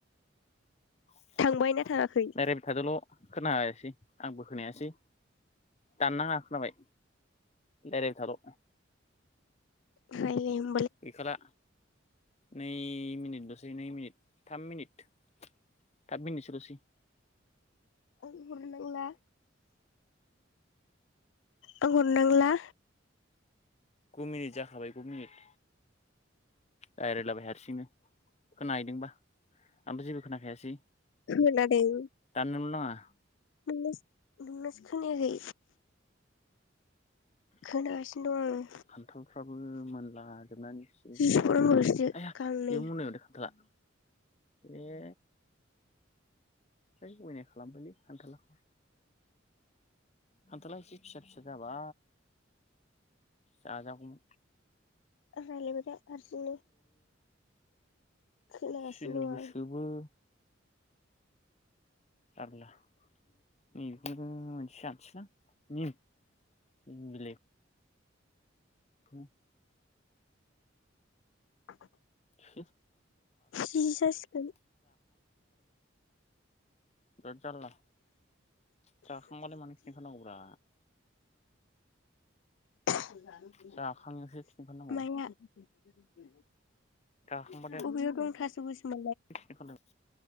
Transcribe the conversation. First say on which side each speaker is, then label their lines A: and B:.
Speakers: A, on the left; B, on the left.
A: <inaudible>
B: थांबाय ना थाङाखै
A: रायलायबाय थादोल' खोना <unintelligible> <unintelligible> आंबो खोनायासै दाननाङा खोनाबाय रायलायबाय थाल'।
B: <unintelligible>
A: गैखाला। नै मिनिट <unintelligible> जिनै मिनिट थाम मिनिट थाम मिनिटसो लसै
B: <unintelligible> आं हरनांला?
A: गु मिनिट जाखाबाय गु मिनिट रायलायलाबाय हारसिंनो खोनाहैदोंबा। आंबो जेबो खोनाखायासै
B: खोनादों
A: दाननोल' नाङा। <inaudible>
B: नोंनासो नोंनासो खोनायाखै। खोनागासिनो दं आं
A: खान्थालफ्राबो मोनला जोबनानै <unintelligible>
B: जि सौनांगौल'सो
A: आइया
B: गांनै
A: बेयावबो
B: आं
A: मोनबाय माथो खान्थाला। ए होय अयनाय खालामबायलै खान्थाला खान्थाला एसे फिसा फिसा जाबा जाजागौमोन
B: रायलायबायथा हारसिंनो खोनागासिनो
A: सेलबो
B: दं आं
A: सोबो <unintelligible> <unintelligible>
B: <inaudible>
A: <inaudible> <unintelligible> <unintelligible>
B: जि जासिगोन
A: बिराद जारला जाखांबानो मानो खिनो ओंखारनांगौब्रा
B: <unintelligible>
A: जाखांनायावसो खिनो ओंखारनांगौ जाखांबाथाय
B: बबेयाव दं थास' गोसोम
A: खिनो ओंखारलायबाय